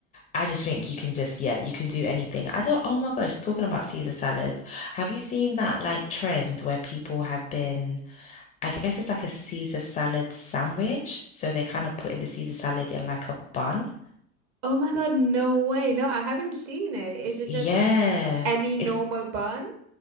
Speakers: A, on the left; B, on the right.
A: I just think you can just, yeah, you can do anything. I don't, oh my gosh, talking about Caesar salad, have you seen that like trend where people have been, I guess it's like a Caesar salad sandwich. So they're kind of putting the Caesar salad in like a bun.
B: Oh my God, no way. No, I haven't seen it. Is it
A: Yeah.
B: just any normal
A: It's,
B: bun?